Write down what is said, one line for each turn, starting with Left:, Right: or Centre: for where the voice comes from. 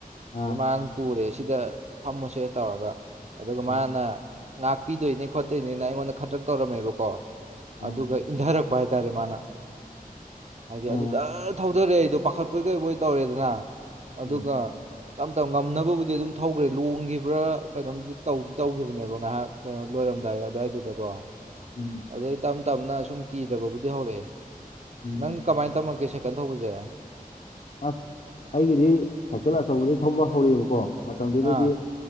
Left: ꯑꯥ
Right: ꯑꯗꯨ ꯃꯥꯅ ꯄꯨꯔꯦ ꯁꯤꯗ ꯐꯝꯃꯨꯁꯦ ꯇꯧꯔꯒ ꯑꯗꯨꯒ
Left: ꯑꯥ
Right: ꯃꯥꯅ꯫ ꯉꯥꯛꯄꯤꯗꯣꯏꯅꯦ ꯈꯣꯠꯇꯣꯏꯅꯦꯅ ꯑꯩꯉꯣꯟꯗ ꯈꯗ꯭ꯔꯛ ꯇꯧꯔꯝꯃꯦꯕꯀꯣ
Left: ꯑꯥ
Right: ꯑꯗꯨꯒ ꯏꯟꯙꯔꯛ ꯄ ꯍꯥꯏꯇꯥꯔꯦ ꯃꯥꯅ ꯍꯥꯏꯗꯤ
Left: ꯑꯥ
Right: ꯑꯗꯨ ꯗꯥꯛ ꯊꯧꯙꯔꯦ ꯑꯩꯗꯣ ꯄꯥꯈꯠꯄꯣꯏ ꯀꯩꯕꯣꯏ ꯇꯧꯔꯦꯗꯅ ꯑꯗꯨꯒ
Left: ꯑꯥ
Right: ꯇꯞ ꯇꯞꯅ ꯉꯝꯅꯕꯕꯨꯗꯤ ꯑꯗꯨꯝ ꯊꯧꯒ꯭ꯔꯦ ꯂꯣꯡꯒꯤꯕ꯭ꯔꯥ ꯀꯩꯅꯣꯝꯗꯤ ꯇꯧꯗꯤ ꯇꯧꯒꯤꯕꯅꯦꯕ꯫ ꯉꯥꯏꯍꯥꯛ ꯀꯩꯅꯣ ꯂꯣꯏꯔꯝꯗꯥꯏ ꯑꯗꯨꯋꯥꯏꯗꯨꯗꯀꯣ꯫
Left: ꯎꯝ꯫
Right: ꯑꯗꯩ ꯇꯞ ꯇꯞꯅ ꯁꯨꯝ ꯀꯤꯗꯕꯕꯨꯗꯤ ꯍꯧꯔꯛꯑꯦ
Left: ꯎꯝ
Right: ꯅꯪ ꯀꯃꯥꯏꯅ ꯇꯝꯃꯛꯒꯦ ꯁꯥꯏꯀꯜ ꯊꯧꯕꯁꯦ꯫
Left: ꯑꯁ ꯑꯩꯒꯤꯗꯤ ꯁꯥꯏꯀꯜ ꯑꯆꯧꯕꯗꯩ ꯊꯧꯕ ꯍꯧꯔꯑꯕꯀꯣ ꯃꯇꯝꯗꯨꯗꯗꯤ꯫
Right: ꯑꯥ